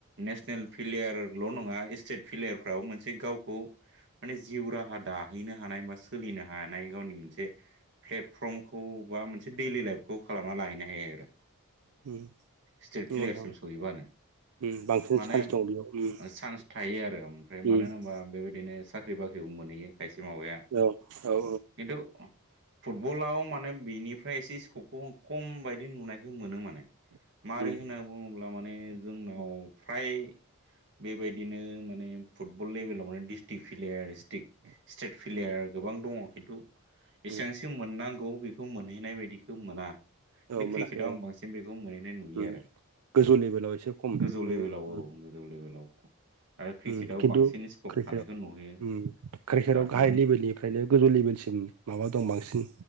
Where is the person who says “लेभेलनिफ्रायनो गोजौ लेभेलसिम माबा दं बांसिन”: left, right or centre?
Right